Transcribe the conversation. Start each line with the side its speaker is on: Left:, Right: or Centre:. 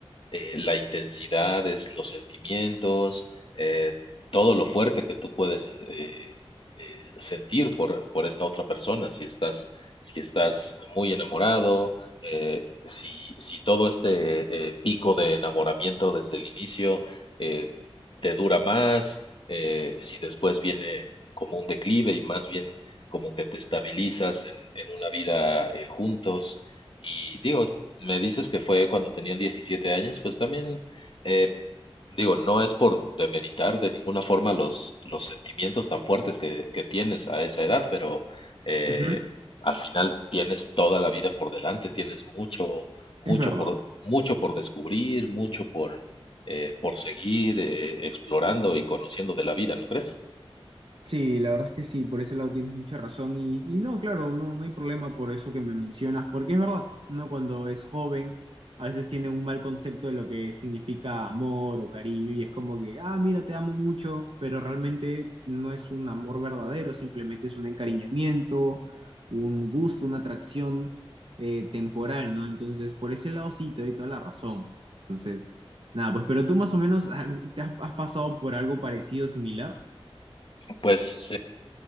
Left: eh, la intensidad, es los sentimientos, eh, todo lo fuerte que tú puedes eh, eh, sentir por, por esta otra persona, si estás, si estás muy enamorado, eh, si, si todo este eh, pico de enamoramiento desde el inicio eh, te dura más, eh, si después viene como un declive y más bien como que te estabilizas en, en una vida eh, juntos. Y digo, me dices que fue cuando tenían 17 años, pues también, eh, digo, no es por demeritar de ninguna forma los, los sentimientos tan fuertes que, que tienes a esa edad, pero eh,
Right: Ujú,
Left: al final tienes toda la vida por delante, tienes mucho, mucho
Right: Es verdad.
Left: por, mucho por descubrir, mucho por, eh, por seguir eh, explorando y conociendo de la vida, ¿no crees?
Right: Sí, la verdad es que sí, por ese lado tienes mucha razón y, y no, claro, no, no hay problema por eso que me mencionas, porque es verdad, uno cuando es joven a veces tiene un mal concepto de lo que significa amor o cariño y es como que, ah, mira, te amo mucho, pero realmente no es un amor verdadero, simplemente es un encariñamiento, un gusto, una atracción eh, temporal, ¿no? Entonces, por ese lado sí, te doy toda la razón. Entonces, nada, pues, pero tú más o menos, ah, ¿te has has pasado por algo parecido, similar?
Left: Pues